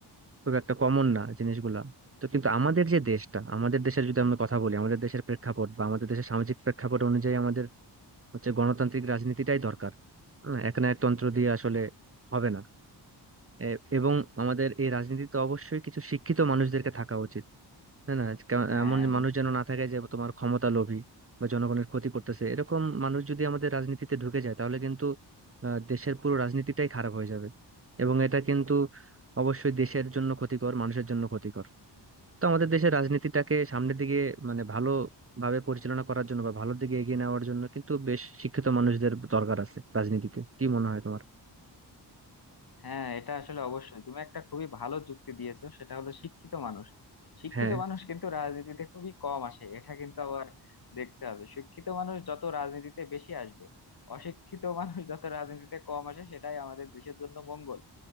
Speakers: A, on the right; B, on the left.
A: খুব একটা কমন না জিনিসগুলা তো কিন্তু আমাদের যে দেশটা আমাদের দেশের যদি আমরা কথা বলি আমাদের দেশের প্রেক্ষাপট বা আমাদের দেশের সামাজিক প্রেক্ষাপট অনুযায়ী আমাদের হচ্ছে গণতান্ত্রিক রাজনীতিটাই দরকার হ্যাঁ, এক না তন্ত্র দিয়ে আসলে হবে না এ- এবং আমাদের এই রাজনীতিতে অবশ্যই কিছু শিক্ষিত মানুষদেরকে থাকা উচিত তাই না কে-
B: হ্যাঁ
A: এমন
B: বুঝতে
A: মানুষ যেন
B: পারছি
A: না থাকে যে তোমার ক্ষমতা লোভী বা জনগণের ক্ষতি করতেছে এরকম মানুষ যদি আমাদের রাজনীতিতে ঢুকে যায় তাহলে কিন্তু আহ, দেশের পুরো রাজনীতিটাই খারাপ হয়ে যাবে এবং এটা কিন্তু অবশ্যই দেশের জন্য ক্ষতিকর মানুষের জন্য ক্ষতিকর তো আমাদের দেশের রাজনীতিটাকে সামনের দিকে মানে ভালো ভাবে পরিচালনা করার জন্য বা ভালোর দিকে এগিয়ে নেওয়ার জন্য কিন্তু বেশ শিক্ষিত মানুষদের দরকার আছে রাজনীতিতে কি মনে হয় তোমার
B: হ্যাঁ এটা আসলে অবশ্যই তুমি একটা খুবই ভালো যুক্তি দিয়েছো সেটা হলো শিক্ষিত মানুষ শিক্ষিত
A: হ্যাঁ
B: মানুষ কিন্তু রাজনীতিতে খুবই কম আসে এটা কিন্তু আবার দেখতে হবে শিক্ষিত মানুষ যত রাজনীতিতে বেশি আসবে অশিক্ষিত মানুষ যত রাজনীতিতে কম আসে সেটাই আমাদের দেশের জন্য মঙ্গল